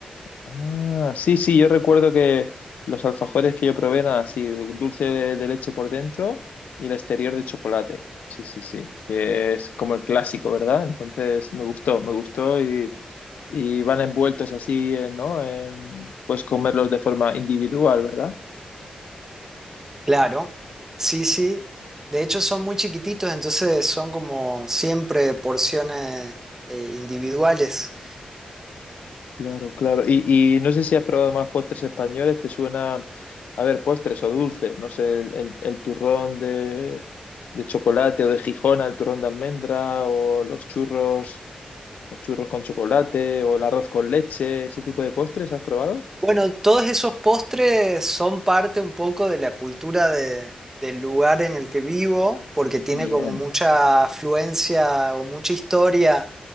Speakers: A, on the left; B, on the right.
A: Ah, sí, sí, yo recuerdo que los alfajores que yo probé eran así, dulce de, de leche por dentro y el exterior de chocolate. Sí, sí, sí, que es como el clásico, ¿verdad? Entonces me gustó, me gustó y, y van envueltos así, eh, ¿no? En- puedes comerlos de forma individual, ¿verdad?
B: Claro, sí, sí. De hecho son muy chiquititos, entonces son como siempre porciones eh, individuales.
A: Claro, claro. Y, y no sé si has probado más postres españoles, te suena, a ver, postres o dulces, no sé, el, el- el turrón de, de chocolate o de Gijona, el turrón de almendra o los churros, los churros con chocolate o el arroz con leche, ese tipo de postres, ¿has probado?
B: Bueno, todos esos postres son parte un poco de la cultura de- del lugar en el que vivo, porque tiene
A: Bien,
B: como mucha afluencia o mucha historia